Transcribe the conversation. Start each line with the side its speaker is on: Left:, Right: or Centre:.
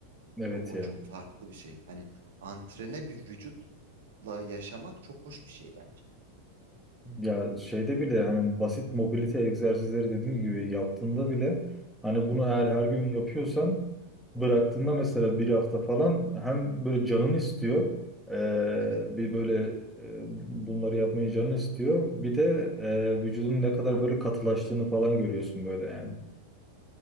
Centre: Evet
Right: O, o
Centre: ya.
Right: çok farklı bir şey. Hani antrene bir vücutla yaşamak çok hoş bir şey bence.
Centre: Ya şeyde bile hani basit mobilite egzersizleri dediğim gibi yaptığında
Right: Hı hı.
Centre: bile hani bunu eğer her gün yapıyorsan bıraktığında mesela bir hafta falan hem böyle canın istiyor eee,
Right: Evet.
Centre: bir böyle eee, bunları yapmayı canın istiyor bir de eee,
Right: Hı hı.
Centre: vücudun ne kadar böyle katılaştığını falan görüyorsun böyle yani.